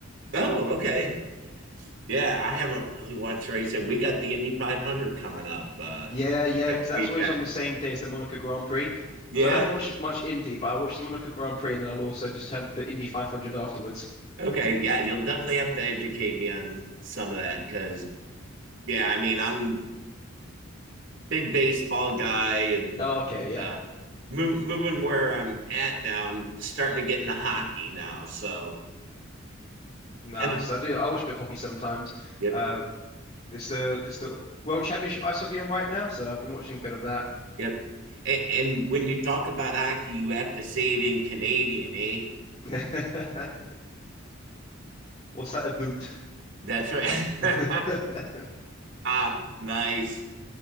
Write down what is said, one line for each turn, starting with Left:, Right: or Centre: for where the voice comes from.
Right: Oh, okay. Yeah, I haven't really watched racing. We got the Indy 500 coming up uh
Left: Yeah, yeah, because that's
Right: weekend.
Left: always on the same day as the Monaco Grand Prix.
Right: Yeah.
Left: So I don't watch much Indy, but I watch the Monaco Grand Prix and then I'll also just turn to Indy 500 afterwards.
Right: Okay. Yeah, you'll definitely have to educate me on some of that because yeah, I mean I'm big baseball guy and
Left: Oh, okay, yeah,
Right: uh, move, moving where I'm at now. I'm starting to get into hockey now. So
Left: nice.
Right: and
Left: I do. I watch a bit of hockey sometimes.
Right: yep,
Left: Uh, it's the it's the World Championship ice hockey on right now, so I've been watching a bit of that.
Right: yep. And, and when you talk about hockey, you have to say it in Canadian, eh?
Left: <laughs> What's that about?
Right: That's right.
Left: <laughs>
Right: <laughs> nice.